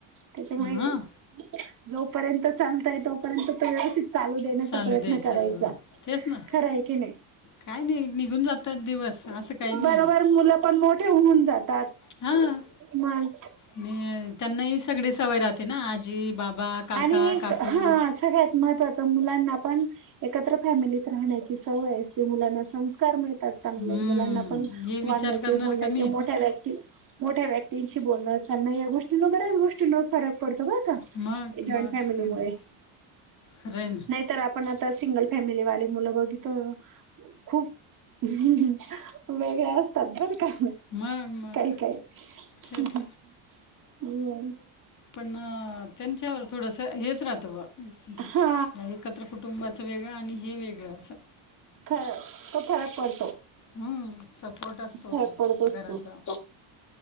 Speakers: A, on the right; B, on the left.
A: त्याच्यामुळे
B: हां
A: जोपर्यंत चालतंय तोपर्यंत त व्यवस्थित चालू देण्याचा
B: चालू
A: प्रयत्न
B: द्यायचं
A: करायचा.
B: तेच ना
A: खरंय की नाही.
B: काय नी निघून जातेत दिवस असं काय नी.
A: बरोबर मुलं पण मोठे होऊन जातात.
B: हां
A: मंग
B: आणि त्यांनाही सगळी सवय राहाते ना. आजी, बाबा, काका,
A: आणि
B: काकू.
A: हा सगळ्यात महत्वाचं मुलांना पण एकत्र फॅमिलीत राहाण्याची सवय असते मुलांना संस्कार मिळतात. चांगलंय.
B: हम्म,
A: मुलांना पण
B: हे विचार
A: वाढण्याचे
B: करणार
A: बोलण्याचे
B: कमी
A: मोठ्या
B: आहेत.
A: व्यक्ती मोठ्या व्यक्तींशी बोलणं चालणं या गोष्टींन बऱ्याच गोष्टी न फरक पडतो बरं का.
B: मग
A: जॉईंड
B: मग
A: फॅमिलीमुळे.
B: खरं आहे. खरं आहे
A: नाही तर ‌आप पण आता, सिंगल फॅमिलीवाले मुलं बघितं खूप हम् हम्. वेगळया असतात बरं. आं हं.
B: ना मग मग
A: काही काही,
B: तेच
A: ह्म ह्म अम्.
B: पण््अ त्यांच्यावर थोडसं हेच राहतं बा,
A: हा
B: एकत्र कुटुंबाचं वेगळं आणि हे वेगळं असं.
A: खरं. तो फरक पड
B: हा सपोर्ट आसतो
A: फरक पडतोच
B: घराचा.
A: तो